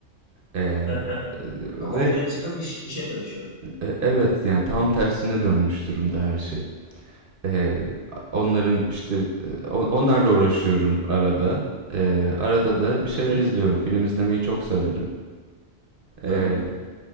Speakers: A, on the right; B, on the left.
A: Ee,
B: Evet.
A: e, ve
B: Hobiden çıkıp iş, işe dönüşüyor.
A: e, evet yani tam tersine dönmüş durumda her şey. Ee, onların işte e, on- onlarla uğraşıyorum arada. Ee, arada da bir şeyler
B: Hı hı.
A: izliyorum. Film izlemeyi çok severim. Ee,
B: Anladım.